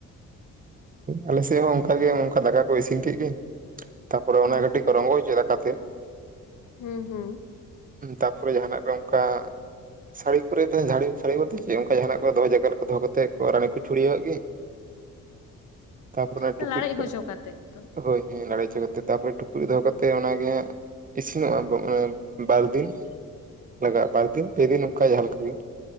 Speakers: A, on the right; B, on the left.
A: ᱟᱞᱮᱥᱮᱫ ᱦᱚᱸ ᱚᱝᱠᱟ ᱜᱮ ᱚᱝᱠᱟ ᱫᱟᱠᱟ ᱠᱚ ᱤᱥᱤᱱ ᱠᱮᱜ ᱜᱮ ᱛᱟᱯᱚᱨᱮ ᱚᱱᱮ
B: ᱦᱮᱸ
A: ᱠᱟᱹᱴᱤᱡ ᱠᱚ ᱨᱚᱝᱜᱚ ᱚᱪᱚᱭ ᱫᱟᱠᱟ ᱛᱮᱫ
B: ᱦᱩᱸ ᱦᱩᱸ
A: ᱛᱟᱯᱚᱨᱮ ᱡᱟᱦᱟᱱᱟᱜ ᱜᱮ ᱚᱱᱠᱟ ᱥᱟᱹᱲᱤ ᱠᱚᱨᱮ ᱫᱚ ᱡᱷᱟᱹᱲᱤᱢ ᱥᱟᱹᱲᱤ ᱜᱚᱫᱟ ᱥᱮ ᱪᱮᱫ ᱚᱱᱠᱟ ᱡᱟᱦᱟᱱᱟᱜ ᱠᱚ ᱫᱚᱦᱚᱭ ᱡᱟᱭᱜᱟ ᱨᱮ ᱫᱚᱦᱚ ᱠᱟᱛᱮᱫ ᱠᱚ ᱨᱟᱹᱱᱩ ᱠᱚ ᱪᱩᱲᱭᱟᱹᱣᱟᱜ ᱜᱮ ᱛᱟᱯᱚᱨ ᱚᱱᱟ
B: ᱦᱩᱸ
A: ᱴᱩᱠᱩᱡ
B: ᱞᱟᱲᱮᱡ
A: ᱠᱚ
B: ᱦᱚᱪᱚ ᱠᱟᱛᱮᱜ ᱛᱚ
A: ᱦᱳᱭ ᱦᱳᱭ ᱞᱟᱲᱮᱪᱚ ᱛᱟᱯᱚᱨᱮ ᱴᱩᱠᱩᱡ ᱫᱚᱦᱚ ᱠᱟᱛᱮ ᱚᱱᱟᱜᱮ ᱦᱟᱸᱜ ᱤᱥᱤᱱᱚᱜᱼᱟ ᱮᱸᱻ ᱵᱟᱨ ᱫᱤᱱ ᱞᱟᱜᱟᱜᱼᱟ ᱵᱟᱨ ᱫᱤᱱ ᱯᱮ ᱫᱤᱱ ᱚᱱᱠᱟ ᱡᱟᱦᱟᱸ ᱞᱮᱠᱟ ᱜᱮ